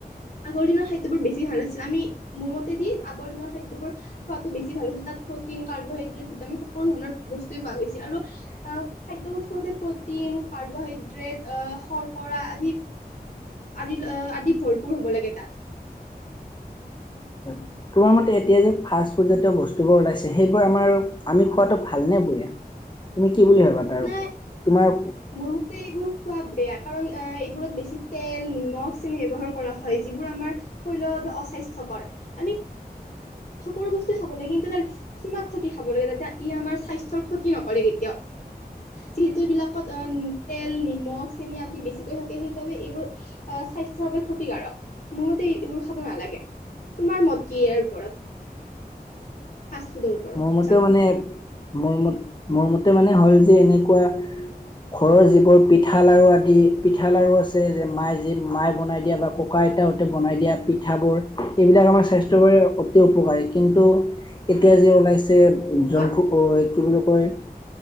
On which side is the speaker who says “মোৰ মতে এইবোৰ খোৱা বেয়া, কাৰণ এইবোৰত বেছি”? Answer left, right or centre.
Left